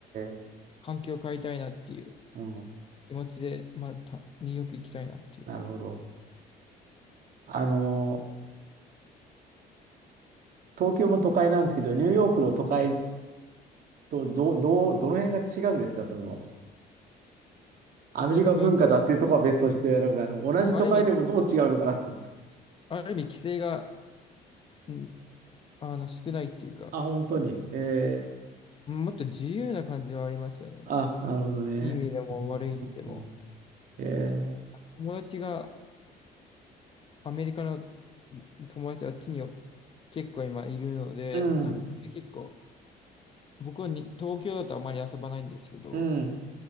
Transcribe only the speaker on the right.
ー、
うん。
なるほど。あの、東京も都会なんですけど、ニューヨークの都会とど、どう、どの辺が違うんですかその、アメリカ文化だっていうところは別として、
なんかあの、同じ都会でもどう違うのかなと思って。
あ、本当に。えー
あ、なるほどね。
うんうんえー、
うん、
うん。